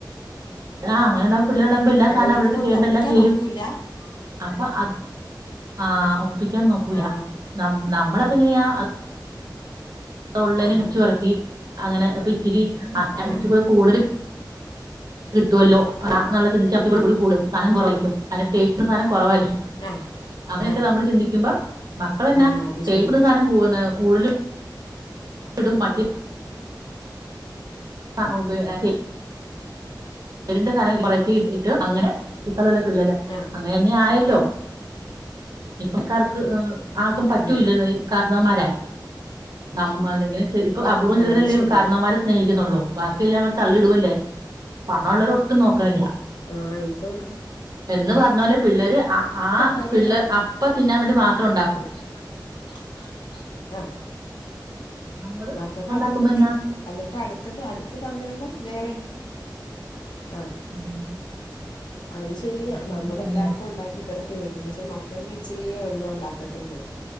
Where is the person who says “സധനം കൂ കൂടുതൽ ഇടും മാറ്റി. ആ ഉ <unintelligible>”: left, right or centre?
Right